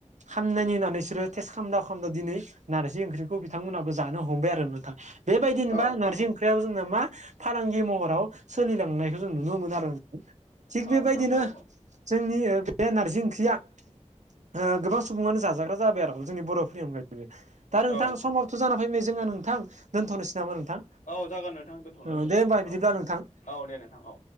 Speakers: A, on the right (about 70°); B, on the left (about 80°).
A: होननानै बिसोरो टेस् खालाम दिनै नारजि ओंख्रिखौ बिथांमोनहाबो जानो हमबाय आरो नोंथां बेबायदिनोबा
B: औ नोंथां
A: नारजि
B: औ
A: बो जोंना मा फालांगि महराव सोलिलांनायखौ जों नुनो मोन आरो थिग
B: औ
A: बेबायदिनो
B: नोंथां औ औ
A: जोंनि बे नारजि ओंख्रिया ओ गोबां सुबुङानो जाजाग्रा जाबाय आरो जोंनि बर'फोरनि अनगायैबो दा नोंथां
B: औ
A: समावथ'
B: औ
A: जाना फैबाय जोना नोंथां दोनथ'नोसै नामा नोंथां
B: औ जागोन नोंथां दोनथ'नोसै
A: ओ दे होमबा बिदिब्ला
B: औ
A: नोंथां
B: औ दे नोंथां औ